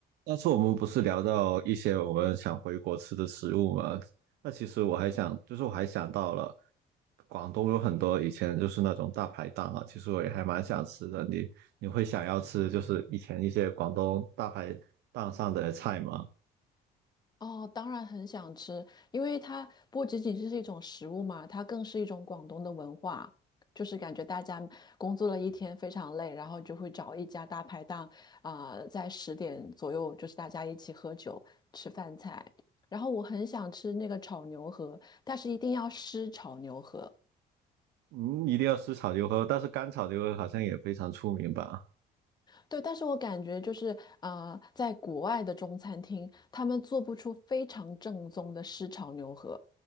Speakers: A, on the right (about 80°); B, on the left (about 25°).
A: 上次我们不是聊到一些我们想回国吃的食物吗？那其实我还想，就是我还想到了，广东有很多以前就是那种大排档啊，其实我也还蛮想吃的。你你会想要吃就是以前一些广东大排档上的菜吗？
B: 哦，当然很想吃，因为它不仅仅是一种食物嘛，它更是一种广东的文化。就是感觉大家工作了一天非常累，然后就会找一家大排档，啊、在十点左右就是大家一起喝酒吃饭菜。然后我很想吃那个炒牛河，但是一定要湿炒牛河。
A: 嗯，一定要吃炒牛河，但是干炒牛河好像也非常出名吧？
B: 对，但是我感觉就是啊、呃在国外的中餐厅，他们做不出非常正宗的湿炒牛河。